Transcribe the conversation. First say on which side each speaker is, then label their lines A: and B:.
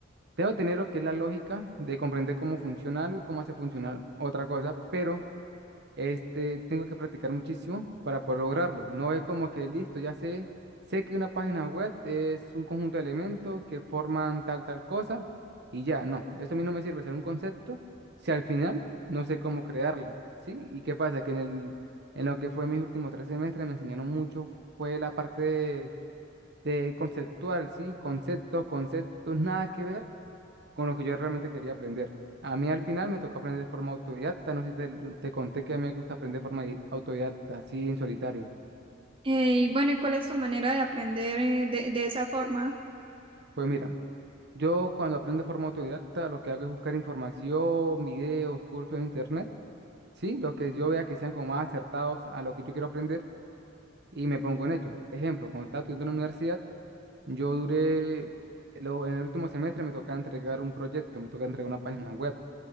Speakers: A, on the right (about 60°); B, on the right (about 25°).
A: Debo tener lo que es la lógica de comprender cómo funciona algo y cómo hace funcionar otra cosa, pero este, tengo que practicar muchísimo para poder lograrlo. No es como que listo, ya sé, sé que una página web es un conjunto de elementos que forman tal, tal cosa y ya, no. Eso a mí no me sirve ser un concepto si al final no sé cómo crearla, ¿sí? ¿Y qué pasa? Que en el, en lo que fue mis últimos tres semestres me enseñaron mucho, fue la parte de, de conceptual, ¿sí? Conceptos, conceptos, nada que ver con lo que yo realmente quería aprender. A mí al final me tocó aprender de forma autodidacta, no sé si te, te conté que a mí me gusta aprender de forma di- autodidacta, así en solitario.
B: Eh, y bueno, ¿y cuál es tu manera de aprender eh, de, de esa forma?
A: Pues mira, yo cuando aprendo de forma autodidacta lo que hago es buscar información, videos, cursos en internet, ¿sí? Los que yo vea que sean como más acertados a lo que yo quiero aprender y me pongo en ello. Ejemplo, cuando estaba estudiando en la universidad, yo duré, lo- en el último semestre me tocaba entregar un proyecto, me tocaba entregar una página web.